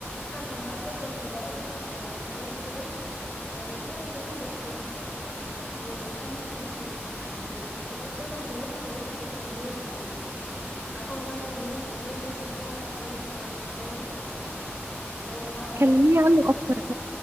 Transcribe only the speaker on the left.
فالنهاردة كنت بقرا في كتاب كده يعني جه قدامي بالصدفة لإحسان الفقيه الكتاب ده بعنوان خرافة التنمية الذاتية عارفة موضوع التنمية الذاتية ده كان طلع ترند بعد الثورة اللي هو بقى التنمية
البشرية